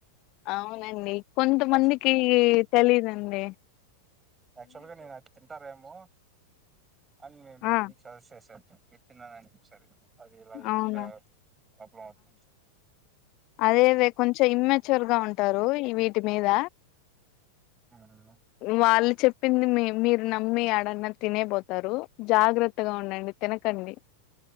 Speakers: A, on the left; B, on the right.
A: అవునండి కొంతమందికి
B: యాక్చువల్
A: తెలిదండి
B: తొమ్మిది ఎనక్ తింటారేమో అ మే మీకు
A: ఆ
B: సజెస్ట్ చేసాం చెప్ప తన్నద అనిపిస్తుంది అది ఇలా
A: అవునా
B: ఇంకా క్లాత్
A: అదే అదే కొంచెం ఇమ్మచ్యూర్ గా ఉంటారు ఈ వీటి మీద
B: మ్మ్.
A: వళ్ చెప్పింది మీ మీరు నమ్మి ఆడన్నా తినే పోతారు జాగ్రత్తగా ఉండండి తినకండి